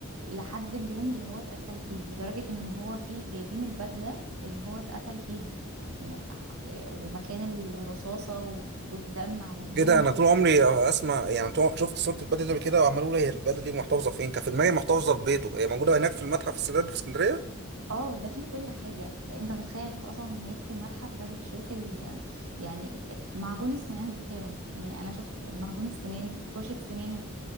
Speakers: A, on the right; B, on the right.
A: لحد اليوم اللي هو اتقتل فيه لدرجة ان هو فيه جايبين البدلة اللي هو اتقتل فيها يعني ح- ومكان الرصاصة و- والدم على هدومه
B: كده انا طول عمري اسمع يعني طول شفت صوره البلد دي قبل كده وعمال اقول هي البلد دي محتفظه فين كان في دماغي محتفظه في بيته هي موجوده هناك في المتحف السادات في اسكندريه
A: اه ده فيه كل حاجة انت متخيل انت اصلا هناك في المتحف ده بتشوف ال يعني معجون السنان بتاعه يعني انا شفت معجون السنان فرشة سنانه